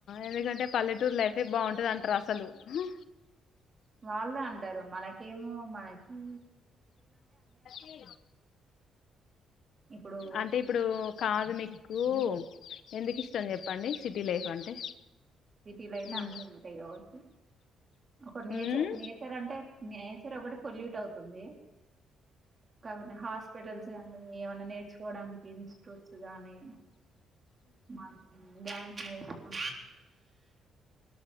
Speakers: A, on the left (about 70°); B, on the right (about 35°).
A: ఎందుకంటే పల్లెటూరు లైఫే బాగుంటది అంటారు అసలు ఉ
B: వాళ్ళు అంటారు. మనకేం ఊ మనకీ
A: ఊ
B: ఇప్పుడు
A: అంటే ఇప్పుడు కా కాదునిక్కు ఎందుకిష్టం చెప్పండి. సిటీ లైఫ్ అంటే
B: సిటిలో అయితే
A: ఉమ్
B: అన్ని ఉంటాయి కాబట్టి ఒక నేచర్
A: ఉమ్
B: నేచర్ అంటే నేచర్ ఒకటి పొల్యూట్ అవుతుంది. కాబట్టి హాస్పిటల్స్ కానీ ఏమన్నా నేర్చుకోవడానికి ఇన్స్టిట్యూట్స్ గానీ మనం డ్యాన్స్ నేర్చుకు